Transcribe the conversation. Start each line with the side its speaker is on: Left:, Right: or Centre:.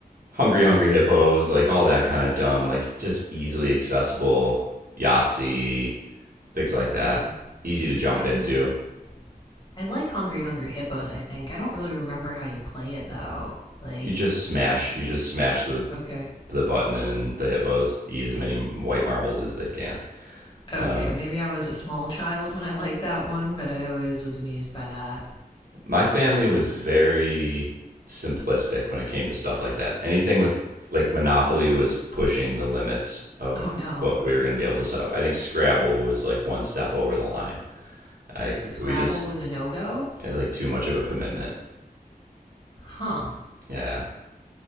Right: Hungry Hungry Hippos, like all that kind of dumb, like just easily accessible Yahtzee, things like
Left: Uh,
Right: that. Easy to jump
Left: I really.
Right: into.
Left: I like Hungry Hungry Hippos, I think. I don't really remember how you play it though. Like,
Right: You just smash, you just smash the
Left: okay.
Right: the button and the hippos eat as many white marbles as they can.
Left: Okay,
Right: Um,
Left: maybe I was a small child when I liked that one, but I always was amused by that.
Right: my family was very simplistic when it came to stuff like that. Anything with like Monopoly was pushing the limits of
Left: Oh no,
Right: what we were going to be able to set up. I think Scrabble was like one step over the line. Like
Left: Scrabble
Right: we just
Left: was a no go?
Right: had like too much of a commitment.
Left: Huh.
Right: Yeah.